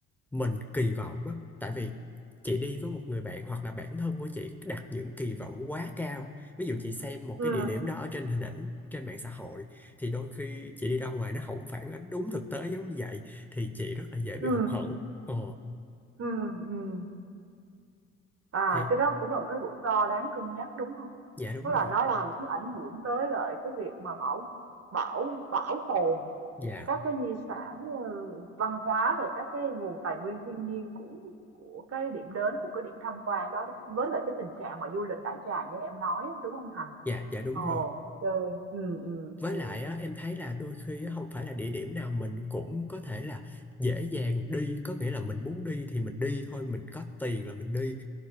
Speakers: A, in the centre; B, on the right (about 40°).
A: mình kỳ vọng á tại vì chị đi với một người bạn hoặc là bản thân của chị đặt những kỳ vọng quá cao ví dụ chị xem một
B: ừ,
A: cái địa điểm đó ở trên hình ảnh trên mạng xã hội thì đôi khi chị đi ra ngoài nó không phản ánh đúng thực tế giống như vậy thì chị rất là dễ bị
B: ừ,
A: hụt hẫng Ờ,
B: ừ, ừ. À,
A: thì
B: cái đó cũng là một cái rủi ro đáng cân nhắc, đúng hông?
A: Dạ đúng
B: Tức
A: rồi.
B: là nó làm thứ ảnh hưởng tới lại cái việc mà bảo bảo bảo tồn
A: Dạ,
B: các cái di sản, ừ, văn hóa, rồi các cái nguồn tài nguyên thiên nhiên của của cái điểm đến, của cái điểm tham quan đó, với lại cái tình trạng mà du lịch đại trà như em nói á, đúng hông Thành?
A: dạ, dạ đúng
B: Ồ, ô
A: rồi.
B: kê, ừm, ừm,
A: Với
B: ừm,
A: lại á, em thấy là đôi khi á, không phải là địa điểm nào mình cũng có thể là dễ dàng đi, có nghĩa là mình muốn đi thì mình đi thôi, mình có tiền là mình đi.